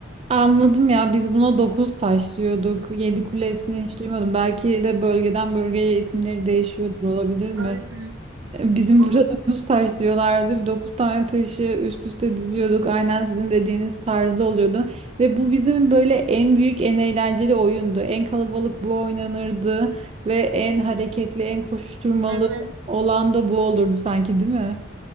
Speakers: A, on the right (about 30°); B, on the right (about 70°).
A: Anladım ya biz buna dokuz taş diyorduk. Yedi kule ismini hiç duymadım. Belki de bölgeden bölgeye isimleri değişiyordur olabilir mi?
B: Aynen.
A: E, Bizim
B: Olur.
A: burada dokuz taş diyorlardı. Bir Dokuz tane taşı üst üste diziyorduk. Aynen sizin dediğiniz tarzda oluyordu. Ve bu bizim böyle en büyük, en eğlenceli oyundu. En kalabalık bu oynanırdı. Ve en hareketli, en koşuşturmalı
B: Evet.
A: olan da bu olurdu sanki, değil mi?